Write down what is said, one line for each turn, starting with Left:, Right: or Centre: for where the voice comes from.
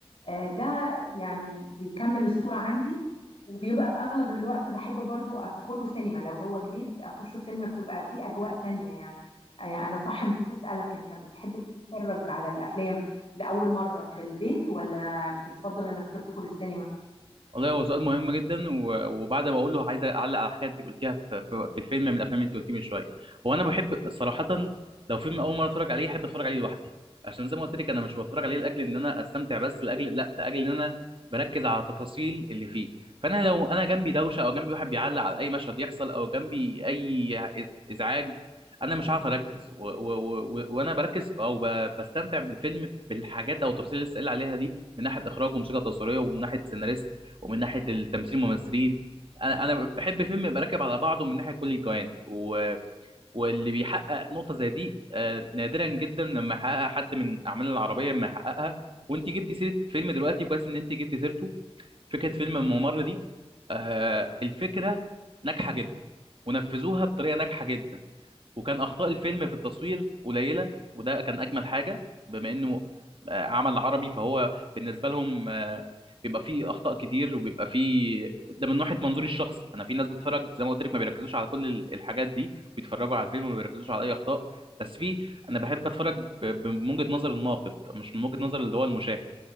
Left: آه، ده يعني بيكمل الصورة عندي وبيبقى في أغلب الوقت بحب برضو أدخله سينما لو هو جديد أخشه سينما بتبقى فيه أجواء تانية يعني آه، أنا صح نسيت أسألك أنت بتحب تتفرج على الأفلام لأول مرة في البيت ولا بتفضل إنك تدخل السينما؟
Right: والله هو سؤال مهم جدا و- وبعد ما اقوله عايز اعلق على حاجه انت قلتيها في في في الفيلم من الافلام اللي انت قلتيه من شويه هو انا بحب صراحه لو فيلم اول مره اتفرج عليه احب اتفرج عليه لوحدي عشان زي ما قلت لك انا مش بتفرج عليه لاجل ان انا استمتع بس لاجل لا لاجل ان انا بركز على التفاصيل اللي فيه فانا لو انا جنبي دوشه او جنبي واحد بيعلق على اي مشهد يحصل او جنبي اي إز- ازعاج انا مش عارف اركز و- و- و- و- وانا بركز او ب- بستمتع بالفيلم بالحاجات او التفاصيل اللي لسه قايل عليها دي من ناحيه اخراج وموسيقى تصويريه ومن ناحيه سيناريست ومن ناحيه التمثيل الممثلين انا انا بحب فيلم يبقى راكب على بعضه من ناحيه كل الجوانب و... واللي بيحقق نقطه زي دي آه، نادرا جدا لما يحققها حد من اعمال العربيه لما يحققها وانت جبتي سيره فيلم دلوقتي كويس ان انت جبتي سيرته فكره فيلم الممر دي آه، الفكره ناجحه جدا ونفذوها بطريقه ناجحه جدا وكان اخطاء الفيلم في التصوير قليله وده كان اجمل حاجه بما انه آه، عمل عربي فهو بالنسبه لهم آه، بيبقى فيه اخطاء كتير وبيبقى فيه ده من ناحيه منظوري الشخصي انا في ناس بتتفرج زي ما قلت لك ما بيركزوش على كل ال- الحاجات دي بيتفرجوا على الفيلم وما بيركزوش على اي اخطاء بس في انا بحب اتفرج ب- ب- من وجهه نظر الناقد مش من وجهه نظر اللي هو المشاهد